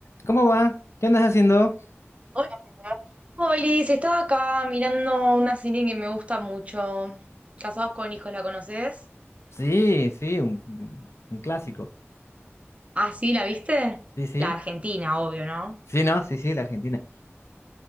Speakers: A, on the left; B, on the right.
A: ¿Cómo va? ¿Qué andas haciendo?
B: Hola, Polis, estaba acá mirando una serie que me gusta mucho. Casados con hijos, ¿la conoces?
A: Sí, sí, un, un clásico.
B: Ah, sí, ¿la viste?
A: Sí, sí.
B: La Argentina, obvio, ¿no?
A: Sí, no, sí, sí, la Argentina.